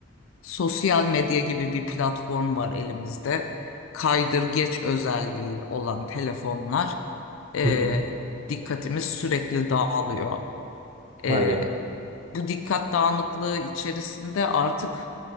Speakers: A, on the left (about 75°); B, on the right (about 30°).
A: Sosyal medya gibi bir platform var elimizde. Kaydırgeç özelliği olan telefonlar e,
B: Hı hı.
A: dikkatimiz sürekli dağılıyor. E,
B: Aynen öyle.
A: bu dikkat dağınıklığı içerisinde artık